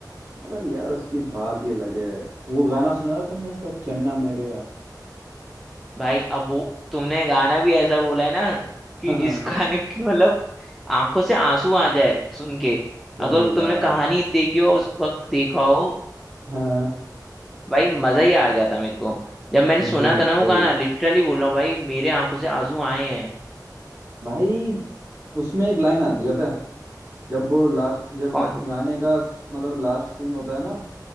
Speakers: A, on the right; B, in the centre.
A: मगर यार उसकी बात ही अलग है वो गाना सुना था तुमने इसका चन्ना मेरेया
B: भाई अब वो तुमने गाना भी ऐसा बोला है ना कि
A: हाँ,
B: जिस
A: <laughs>
B: गाने की मतलब आंखों से आंसू आ जाए सुन के
A: सही
B: अगर तुमने
A: बात
B: कहानी देखी हो उस वक्त देखा हो
A: हाँ
B: भाई मजा ही आ गया था मेरे को जब मैंने सुना
A: बिल्कुल
B: था ना वो गाना लिटरली बोल रहा हूँ भाई मेरे आंखों से आंसू आए हैं
A: भाई उसमें एक लाइन आती है पता है जब वो लास्ट जब
B: कौन
A: गाने का स- मतलब लास्ट सीन होता है ना